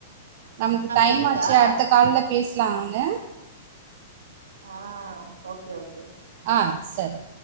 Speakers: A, on the right; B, on the right.
A: நமக்கு டைம்
B: கேக்குதா
A: ஆச்சு அடுத்த கால்ல பேசலாம்ங்க
B: ஆ ஓகே ஓகே
A: ஆ சரி